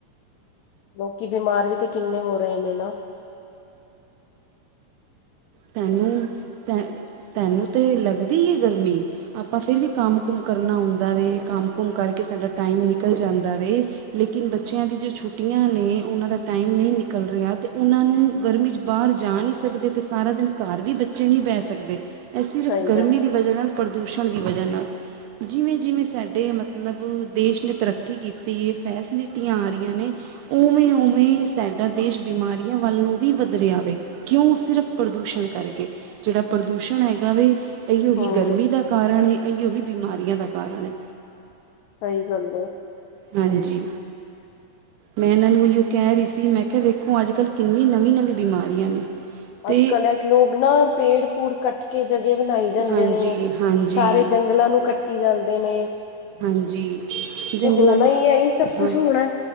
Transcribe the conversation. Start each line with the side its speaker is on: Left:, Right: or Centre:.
Left: ਲੋਕੀ ਬਿਮਾਰ ਵੀ ਤੇ ਕਿੰਨੇ ਹੋ ਰਹੇ ਨੇ ਨਾ।
Right: ਤੈਨੂੰ ਸੈ ਤੈਨੂੰ ਤਾਂ ਲੱਗਦੀ ਹੈ, ਗਰਮੀ? ਆਪਾਂ ਫਿਰ ਵੀ ਕੰਮ ਕੁਮ ਕਰਨਾ ਹੁੰਦਾ ਵੇ, ਕੰਮ ਕੁਮ ਕਰਕੇ ਸਾਡਾ ਟਾਈਮ ਨਿਕਲ ਜਾਂਦਾ ਵਾ। ਲੇਕਿਨ ਬੱਚਿਆਂ ਦੀ ਜੋ ਛੁੱਟੀਆਂ ਨੇ ਉਹਨਾਂ ਦਾ ਟਾਈਮ ਨਹੀਂ ਨਿਕਲ ਰਿਹਾ, ਅਤੇ ਉਹਨਾਂ ਨੂੰ ਗਰਮੀ 'ਚ ਬਾਹਰ ਜਾ ਨਹੀਂ ਸਕਦੇ, ਅਤੇ ਸਾਰਾ ਦਿਨ ਘਰ ਵੀ ਬੱਚੇ ਨਹੀਂ ਬਹਿ ਸਕਦੇ, ਇਹ ਸਿਰਫ
Left: ਸਹੀ
Right: ਗਰਮੀ
Left: ਗੱਲ ਹੈ।
Right: ਦੀ ਵਜ੍ਹਾ ਨਾਲ ਪ੍ਰਦੂਸ਼ਣ ਦੀ ਵਜ੍ਹਾ ਨਾਲ ਜਿਵੇਂ-ਜਿਵੇਂ ਸਾਡੇ ਮਤਲਬ, ਦੇਸ਼ ਨੇ ਤਰੱਕੀ ਕੀਤੀ ਹੈ, ਫੈਸਿਲਿਟੀਆਂ ਆ ਰਹੀਆਂ ਨੇ ਉਵੇਂ-ਉਵੇਂ ਸਾਡਾ ਦੇਸ਼ ਬਿਮਾਰੀਆਂ ਵੱਲ ਨੂੰ ਵੀ ਵਧ ਰਿਹਾ ਕਿਉਂ ਸਿਰਫ ਪ੍ਰਦੂਸ਼ਣ ਕਰਕੇ ਜਿਹੜਾ ਪ੍ਰਦੂਸ਼ਣ ਹੈਗਾ ਵਾ, ਏਉਹੀ
Left: ਹੂੰ
Right: ਗਰਮੀ ਦਾ ਕਾਰਨ ਏ ਇਹੀ ਉਹੀ ਬਿਮਾਰੀਆਂ ਦਾ ਕਾਰਨ ਹੈ।
Left: ਸਹੀ ਗੱਲ ਆ।
Right: ਹਾਂਜੀ। ਮੈਂ ਇਹਨਾਂ ਨੂੰ ਇਹੀ ਉਹ ਕਹਿ ਰਹੀ ਸੀ, ਮੈਂ ਕਿਹਾ ਵੇਖੋ ਅੱਜ-ਕੱਲ੍ਹ ਕਿੰਨੀ ਨਵੀਂ-ਨਵੀਂ ਬਿਮਾਰੀਆਂ ਨੇ। ਅਤੇ
Left: ਅੱਜ-ਕੱਲ ਐ ਲੋਕ ਨਾ ਪੇੜ ਪੂੜ ਕੱਟ ਜਗ੍ਹਾ ਬਣਾਈ ਜਾਂਦੇ
Right: ਹਾਂਜੀ
Left: ਨੇ,
Right: ਹਾਂਜੀ
Left: ਸਾਰੇ ਜੰਗਲਾਂ ਨੂੰ ਕੱਟੀ ਜਾਂਦੇ ਨੇ।
Right: ਹਾਂਜੀ, ਜੰਗਲਾਂ
Left: ਤੇ ਹੋਣਾ
Right: ਨੂੰ
Left: ਹੀ ਹੈ, ਇਹੀ ਸਭ
Right: ਹਾਂ,
Left: ਕੁਛ ਹੋਣਾ।